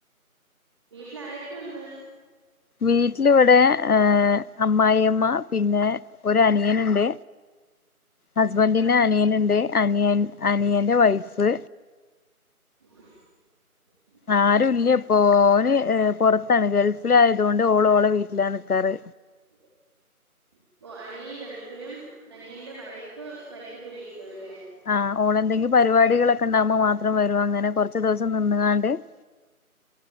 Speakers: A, on the right (about 20°); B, on the left (about 80°).
A: വീട്ടിൽ ആരൊക്കെയുണ്ട്
B: വീട്ടിലിവിടെ ഏഹ് അമ്മായിയമ്മ പിന്നെ ഒരു അനിയനുണ്ട് ഹസ്ബൻ്റിന്
A: ആഹ്
B: അനിയന്ണ്ട് അനിയൻ അനിയന്റെ വൈഫ്
A: <unintelligible>
B: ആരുല്ല്യപ്പോ ഓന്ഏ പൊറത്താണ് ഗൾഫിൽ ആയതോണ്ട് ഓള് ഓളെ വീട്ടിലാ നിക്കാറ്
A: <unintelligible> ഓ അനിയൻ ഗൾഫിലും അനിയന്റെ വൈഫ് വൈഫിന്റെ വീട്ടിലും അല്ലേ
B: ആഹ് ഓളന്തെങ്കി പരിപാടികളൊക്കെ ണ്ടാവുമ്പോ മാത്രം വരും അങ്ങനെ കൊറച്ച് ദിവസം നിന്ന്കാണ്ട് <unintelligible>